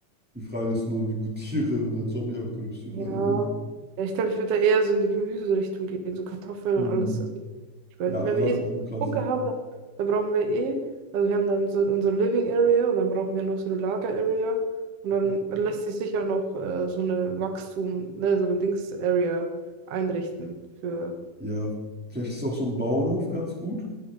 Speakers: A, in the centre; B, on the right.
A: Die Frage ist nur, wie gut <laughs> Tiere in der Zombie-Apokalypse überleben.
B: Ja. Ja, ich glaube, ich würde da eher so in die Gemüserichtung gehen, so Kartoffeln
A: Hm.
B: und alles. Also, ich mein,
A: Ja,
B: wenn
A: Sachen
B: wir eh so
A: anpflanzen.
B: einen Bunker haben, dann, dann brauchen wir eh, also wir haben dann so unsere Living Area und dann brauchen wir noch so eine Lager Area und
A: Mhm.
B: dann lässt sich sicher noch äh, so eine Wachstum, ne, so eine Dings Area einrichten für,
A: Ja, vielleicht ist auch so ein Bauernhof ganz gut.